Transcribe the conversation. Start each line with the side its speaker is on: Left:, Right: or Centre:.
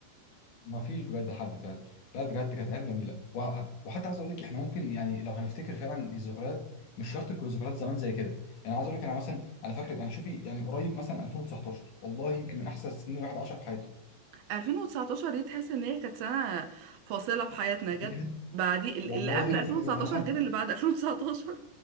Left: ما فيش بجد حد فعلا لا بجد كانت ايام جميله و- وحتى عايز اقول لك احنا ممكن يعني لو هنفتكر فعلا الذكريات مش شرط تكون ذكريات زمان زي كده يعني عايز اقول لك انا مثلا انا فاكر يعني شوفي يعني قريب مثلا 2019 والله يمكن من احسن السنين الواحد عاشها في حياته
Right: 2019 دي تحس ان هي كانت سنة فاصلة في حياتنا
Left: بجد
Right: جت بعدي ال-
Left: والله
Right: اللي قبل
Left: دي
Right: 2019
Left: حقيقه يعني حتى
Right: غير اللي بعد 2019